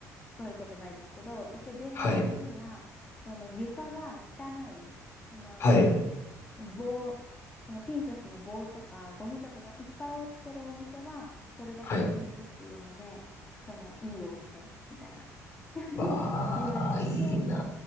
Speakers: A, on the left; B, on the left.
A: そういうことないですけど、一応伝統的には、
B: はい。
A: その床が汚い、その
B: はい。
A: 棒、そのピンチョスの棒とかゴミとかがいっぱい落ちてるお店は、それだけ人気っていうので、
B: はい。
A: そのいいお店みたいな <laughs>
B: わあ、
A: 言われてて、
B: いいな